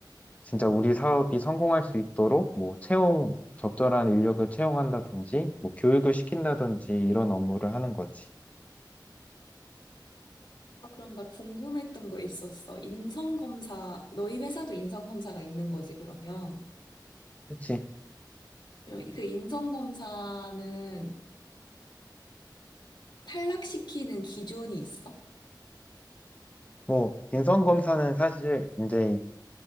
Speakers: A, on the left; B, on the left.
A: 진짜 우리 사업이 성공할 수 있도록 뭐, 채용, 적절한 인력을 채용한다든지, 뭐, 교육을 시킨다든지, 이런 업무를 하는 거지.
B: 아, 그럼 나 궁금했던 거 있었어. 인성검사, 너희 회사도 인성검사가 있는 거지, 그러면?
A: 그치.
B: 그럼 이- 그 인성검사는 탈락시키는 기준이 있어?
A: 뭐, 인성검사는 사실 이제